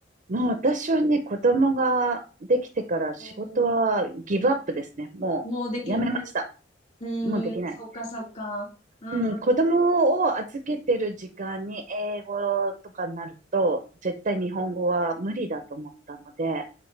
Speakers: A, on the right (about 45°); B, on the left (about 40°).
A: もう私はね、子供ができてから仕事はギブアップですね。
B: うん。
A: もうやめました。
B: もうできん、うん、
A: もうできない。
B: そっかそっか。うん、
A: うん、
B: うん、
A: 子供を預けてる時間に英語とかになると、絶対日本語は無理だと思ったので、